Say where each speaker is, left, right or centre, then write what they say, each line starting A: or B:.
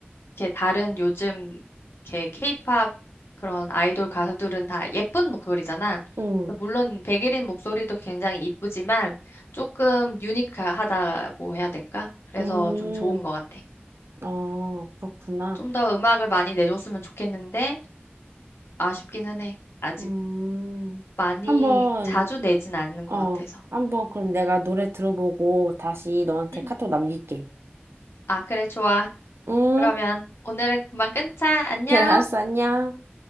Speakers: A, on the left; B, on the right.
A: 이렇게 다른 요즘 이렇게 케이팝 그런 아이돌 가수들은 다 예쁜 목소리잖아.
B: 응,
A: 물론 백일인 목소리도 굉장히 이쁘지만 조금 유니크하다고 해야 될까? 그래서
B: 응.
A: 좀 좋은 것 같아.
B: 어, 그렇구나.
A: 좀 더 음악을 많이 내줬으면 좋겠는데 아쉽기는 해. 아직
B: 음,
A: 많이
B: 한번.
A: 자주 내진 않는
B: 어,
A: 것 같아서.
B: 한번 그럼 내가 노래 들어보고 다시 너한테
A: 응.
B: 카톡 남길게.
A: 아, 그래, 좋아.
B: 응?
A: 그러면 오늘은 그만 끊자. 안녕.
B: <laughs> 그래, 알았어, 안녕.